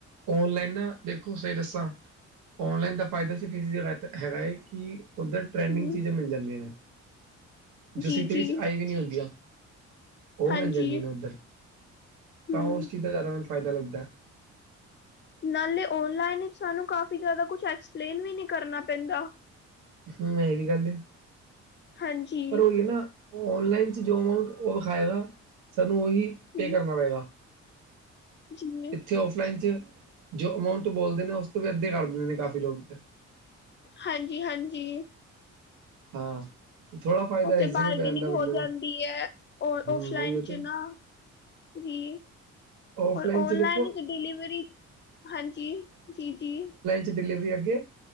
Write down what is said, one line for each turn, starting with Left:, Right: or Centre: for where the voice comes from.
Right: ਔਨਲਾਈਨ ਨਾ, ਦੇਖੋ ਸਈ ਦੱਸਾਂ। ਔਨਲਾਈਨ ਦਾ ਫਾਇਦਾ ਸਿਰਫ ਕਿਸੀ ਜਗ੍ਹਾ 'ਤੇ ਹੈਗਾ ਏ। ਕਿ ਉੱਧਰ ਟਰੈਂਡਿੰਗ
Left: ਹਮ,
Right: ਚੀਜ਼ਾਂ ਮਿਲ ਜਾਂਦੀਆਂ ਨੇ।
Left: ਜੀ
Right: ਜੋ ਸਿਟੀ
Left: ਜੀ
Right: ਵਿੱਚ ਆਈ ਵੀ ਨੀਂ ਹੁੰਦੀਆਂ। ਓ
Left: ਹਾਂਜੀ
Right: ਮਿਲ ਜਾਂਦੀ ਨੇ ਉੱਧਰ,
Left: ਹੂੰ
Right: ਤਾਂ ਉਸ ਚੀਜ਼ ਦਾ ਜ਼ਾਦਾ ਮੈਨੂੰ ਫਾਇਦਾ ਲੱਗਦੈ।
Left: ਨਾਲੇ ਓਨਲਾਈਨ ਵਿਚ ਸਾਨੂੰ ਕਾਫੀ ਜ਼ਾਦਾ ਕੁਛ ਐਕਸਪਲੇਨ ਵੀ ਨੀ ਕਰਨਾ ਪੈਂਦਾ।
Right: ਹੂੰ, ਏ ਵੀ ਗੱਲ ਏ,
Left: ਹਾਂਜੀ
Right: ਪਰ ਓਈ ਨਾ। ਔਨਲਾਈਨ 'ਚ ਜੋ ਅਮਾਊਂਟ ਉਹ ਵਖਾਏਗਾ, ਸਾਨੂੰ ਔਹੀ,
Left: ਹਮ,
Right: ਪੇ ਕਰਨਾ ਪਏਗਾ।
Left: ਜੀ
Right: ਇੱਥੇ ਔਫਲਾਈਨ 'ਚ, ਜੋ ਅਮਾਊਂਟ ਬੋਲਦੇ ਨੇ ਉਸ ਤੋਂ ਵੀ ਅੱਧੇ ਕਰ ਦਿੰਦੇ ਨੇ ਕਾਫੀ ਲੋਕ 'ਤੇ।
Left: ਹਾਂਜੀ- ਹਾਂਜੀ।
Right: ਹਾਂ। ਥੋੜਾ ਫਾਇਦਾ
Left: ਓੱਥੇ
Right: ਇਸ
Left: ਬਾਰਗਨਿੰਗ
Right: ਜਗ੍ਹਾ ਪੈ ਜਾਂਦਾ ਬੰਦੇ
Left: ਹੋ
Right: ਨੂੰ
Left: ਜਾਂਦੀ ਐ, ਓ
Right: ਹੂੰ
Left: ਓਫਲਾਈਨ
Right: ਉਹੀ
Left: 'ਚ
Right: ਤੇ
Left: ਨਾ। ਜੀ ਏ।
Right: ਔਫਲਾਈਨ
Left: ਪਰ ਓਨਲਾਈਨ
Right: ਚ ਦੇਖੋ
Left: ਦੀ ਡਿਲੀਵਰੀ ਹਾਂਜੀ ਜੀ ਜੀ
Right: ਤੇ ਡਿਲੀਵਰੀ ਅੱਗੇ